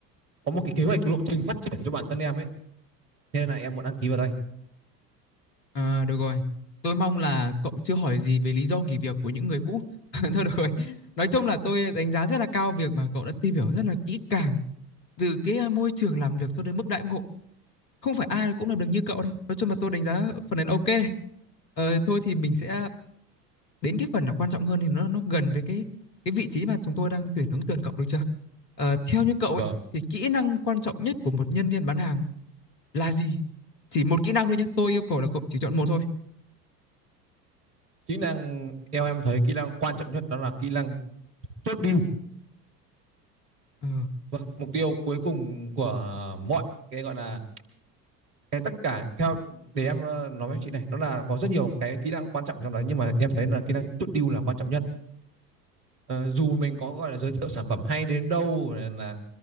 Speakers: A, on the right; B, on the left.
A: có một cái kế hoạch lộ trình phát triển cho bản thân em ấy Thế nên là em muốn đăng ký vào đây
B: À, được rồi. Tôi mong là cậu chưa hỏi gì về lý do nghỉ việc của những người cũ. <laughs> Thôi được rồi. Nói chung là tôi đánh giá rất là cao việc mà cậu đã tìm hiểu rất là kỹ càng từ cái à, môi trường làm việc cho đến mức đãi ngộ. Không phải ai cũng làm được như cậu đâu. Nói chung là tôi đánh giá phần này là ok. Ờ, thôi thì mình sẽ đến cái phần là quan trọng hơn thì nó nó gần với cái cái vị trí mà chúng tôi đang tuyển ứng tuyển cậu được chưa? Ờ, theo như cậu
A: vâng
B: ấy thì kỹ năng quan trọng nhất của một nhân viên bán hàng là gì? Chỉ một kỹ năng thôi nhé. Tôi yêu cầu là cậu chỉ chọn một thôi.
A: kỹ năng theo em thấy kỹ năng quan trọng nhất đó là kỹ năng chốt deal
B: Ờ.
A: vâng mục tiêu cuối cùng của mọi cái gọi là cái tất cả theo để em ờ, nói với chị này đó là có rất nhiều cái kỹ năng quan trọng trong đó nhưng mà em thấy là kỹ năng chốt deal là quan trọng nhất Ờ, dù mình có gọi là giới thiệu sản phẩm hay đến đâu là